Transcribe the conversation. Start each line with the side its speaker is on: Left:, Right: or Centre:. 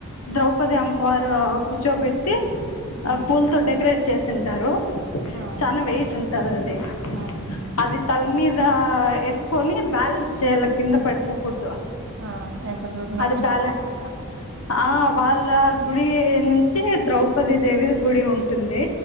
Left: ద్రౌపది అమ్మవారు కూర్చోబెట్టి
Right: హ్మ్.
Left: ఆ పూలతో డెకరేట్ చేసింటారు
Right: ఆ!
Left: చనా వెయిట్ ఉంటది అది
Right: హ్మ్.
Left: అది తలమీద ఇ ఎత్కొని బ్యాలెన్స్ చేయల కింద పడిపోకూడదు
Right: ఆ ఎంత దూరం నడచాలా
Left: అది బ్యాలెన్స్ ఆ వాళ్ళ గుడి నుంచి ద్రౌపది దేవి గుడి ఉంటుంది